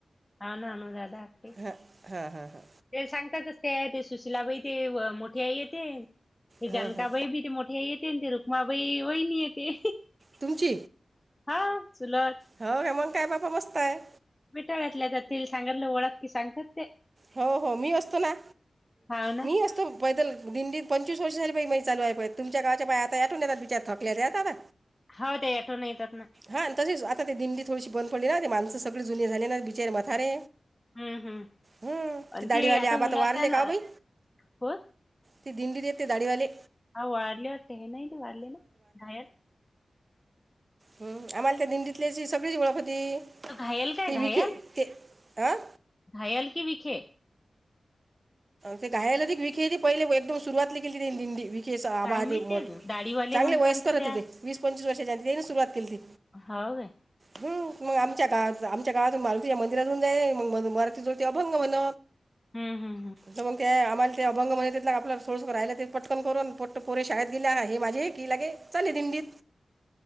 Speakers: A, on the left (about 20°); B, on the right (about 45°).
A: हा ना न ददा आख
B: हा हा हा
A: ते सांगतातच ते ते सुशिलाबाई ते मोठे आहे ते ते
B: हां
A: जानकाबाई
B: हां
A: बी ते मोठे येते आणि ते रुक्माबाई वहिणी येते
B: तुमची
A: हा सुलज
B: हो हेमन काय बापा मस्त आहे
A: मिेटाळ्यातल्या तर ते सांगालं ओळख की सांगतात ते
B: हो हो मी असतो ना
A: हाव ना
B: मी असतो पैदल दिंडी पंचवीस वर्षाली बा मही लू आहे तुम गावाच्या बा आताठून ना विचार थकलेत दादा
A: हो ते याठवून येतात ना
B: हा तशीच आता ते दिंडी थोडीशी बंद पडली ना ते माणसं सगळी जुने झाली ना बिचार मथारे
A: हम्म हम्म
B: हम्म
A: आणि
B: ती दाढवाली
A: ते आता
B: आबाता
A: उन्हाच्या
B: वारले का
A: ना
B: अभई
A: हो
B: ते दिडडीड तेाडीिवाले
A: हा वाढलेवर ते हे नाही ते वाढले ना घायर
B: हम आम्हाला त्या दिंडीितल्याची सगळीच ओळखपती
A: तो घायल काय
B: तेी
A: घायल
B: विखे ते अं
A: घायल की विखे
B: ते घायला त विखे पहिले एकदम सुरुवातली केली ते दिंडी आभह
A: काय मी
B: ते मोठ
A: दाढीवाले
B: चांगले
A: म्हणसान
B: वयस्कर
A: तर ते आहे
B: ति तेे वीस पंचवीस वर्षाच्या त्या सुरुवात केली ती
A: हा दे
B: हम् मग आमच्या काळात आमच्या काळात मारुतीच्या मंदिरातून जाई मग मराती जोड ते अभंग म्हण
A: हम् हम् हम
B: तर मग ते आम्हाला ते अभंग म्हण तथग आपलं सोळस राहिला ते पटकन करून पट कोर शाळेत गेल्या हे माझे हे की लागे चाले दिंडी
A: ह